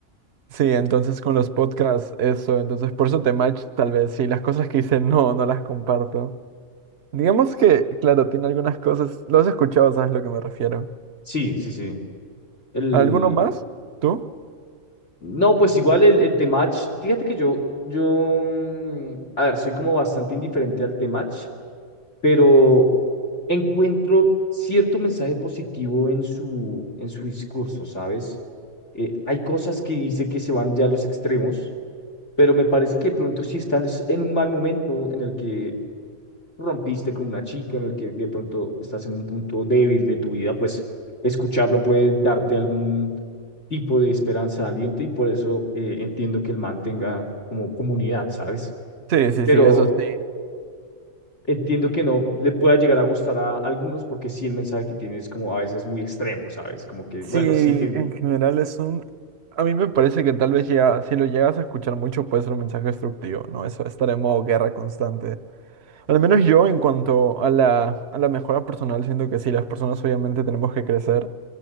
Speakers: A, on the right; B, on the left.
A: sí, entonces con los podcasts, eso, entonces por eso te match tal vez, sí, las cosas que hice no, no las comparto. Digamos que, claro, tiene algunas cosas, lo has escuchado, sabes a lo que me refiero.
B: Sí, sí, sí. el
A: ¿Alguno más? ¿Tú?
B: No, pues igual el, el Temach, fíjate que yo, yo, mm, a ver, soy como bastante indiferente al Temach, pero encuentro cierto mensaje positivo en su, en su discurso, ¿sabes? Eh, hay cosas que dice que se van ya a los extremos, pero me parece que de pronto sí están es- en un mal momento en el que rompiste con una chica en el que de pronto estás en un punto débil de tu vida, pues escucharlo puede darte algún tipo de esperanza, de aliento y por eso eh, entiendo que el man tenga como comunidad, ¿sabes?
A: Sí, sí,
B: Pero
A: sí, eso sí.
B: entiendo que no le pueda llegar a gustar a algunos porque sí el mensaje que tiene es como a veces muy extremo, ¿sabes? Como que,
A: Sí,
B: bueno, sí, ten-
A: en general es un... A mí me parece que tal vez ya, si lo llegas a escuchar mucho puede ser un mensaje destructivo, ¿no? Eso, estar en modo guerra constante. Al menos yo en cuanto a la, a la mejora personal, siento que sí, las personas obviamente tenemos que crecer,